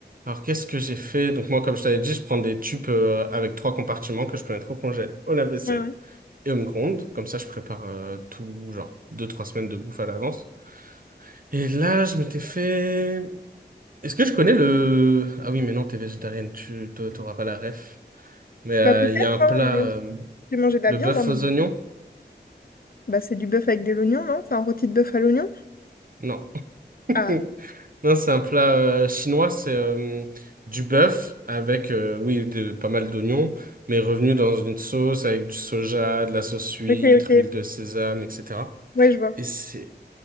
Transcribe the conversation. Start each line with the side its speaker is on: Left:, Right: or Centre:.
Right: alors qu'est-ce que j'ai fait? Donc moi, comme je t'avais dit, je prends des tubes euh, avec trois compartiments que je peux mettre au congèle, au lave-vaisselle
Left: ouais.
Right: et au micro-ondes. Comme ça, je prépare euh, tout, genre deux, trois semaines de bouffe à l'avance. Et là, je m'étais fait... Est-ce que je connais le... Ah oui, mais non, t'es végétarienne, tu t'auras pas la ref. Mais euh,
Left: Bah, peut-être,
Right: il y a un plat,
Left: hein, euh,
Right: euh,
Left: j'ai mangé de la
Right: le
Left: viande,
Right: bœuf
Left: hein,
Right: aux
Left: mais-
Right: oignons?
Left: Bah, c'est du bœuf avec des oignons, non? C'est un rôti de bœuf à l'oignon?
Right: Non. <laughs>
Left: Ah,
Right: Non, c'est un plat euh, chinois, c'est euh, du bœuf avec, euh, oui, de, pas mal d'oignons, mais revenu dans une sauce avec du soja, de la sauce huître,
Left: ok, ok,
Right: huile de sésame, etc.
Left: ouais, je vois.
Right: Et c'est